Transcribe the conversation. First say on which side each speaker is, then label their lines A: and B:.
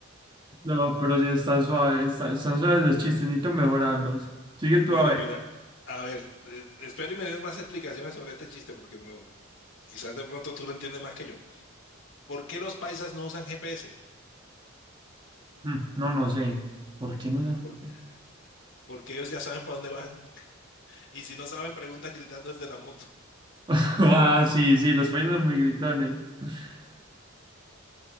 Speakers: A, on the right; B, on the left.
A: No, pero si está suave, está, están suaves los chistes, necesito mejorarlos. Sigue tú
B: Bueno,
A: a ver.
B: mira, a ver, eh, espero y me des más explicaciones sobre este chiste, porque no, quizás de pronto tú lo entiendes más que yo. ¿Por qué los paisas no usan GPS?
A: Mm, no, no sé. ¿Por qué no? da-
B: Por-
A: pena? <laughs>
B: porque ellos ya saben para dónde van. Y si no saben, preguntan gritando desde la moto.
A: Ah, sí, sí, los países son muy gritones. <laughs>